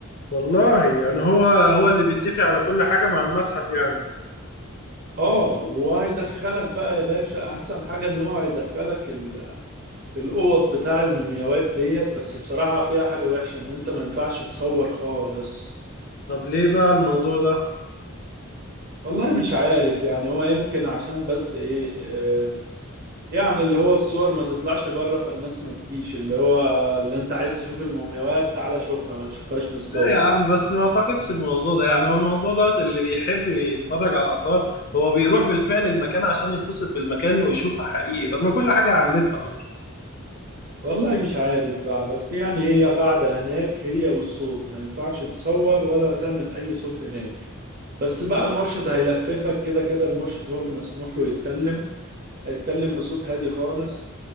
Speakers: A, on the left; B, on the right.
A: والله يعني هو هو اللي بيتفق على كل حاجة مع المتحف يعني
B: اه وهيدخلك بقى يا باشا احسن حاجة ان هو هيدخلك ال... الاوض بتاع المومياوات ديت بس بصراحة فيها حاجة وحشة ان انت ما ينفعش تصور خالص
A: طب ليه بقى الموضوع ده؟
B: والله مش عارف يعني هو يمكن عشان بس ايه آه، يعني اللي هو الصور ما تطلعش بره فالناس ما تجيش اللي هو اللي انت عايز تشوف المومياوات تعالى شوفها ما تشوفهاش من الصور
A: لا يا عم بس ما اعتقدش الموضوع ده يعني هو الموضوع دوت اللي بيحب يتفرج على آثار هو بيروح بالفعل المكان عشان يتبسط بالمكان ويشوفها حقيقي طب ما كل حاجة على النت أصلا
B: والله مش عارف بقى بس يعني هي قاعدة هناك هي والصوت ما ينفعش تصور ولا تعمل أي صوت هناك بس بقى المرشد هيلففك كده كده المرشد هو اللي مسموح له يتكلم هيتكلم بصوت هادي خالص